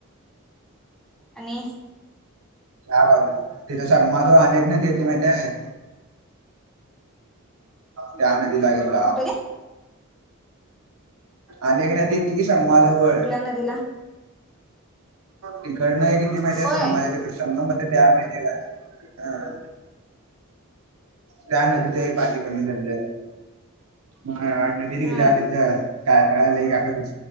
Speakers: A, in the centre; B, on the right (about 75°).
A: आणि
B: ह बाब तिच्या स माधव अनेक न देते माहि आहे त्या न लागेल
A: कुठुर
B: अक नाही त त की स माझ वळ
A: दिला
B: तिकड नाही किती माहिती
A: होय
B: आहे सग माझ्या तिकड संघ म तयार माहितीला ह त्या नदीचंही पाणी कमी झालं आहे मग नदी
A: हम
B: गेल्यावर तिथे काय कायलं काका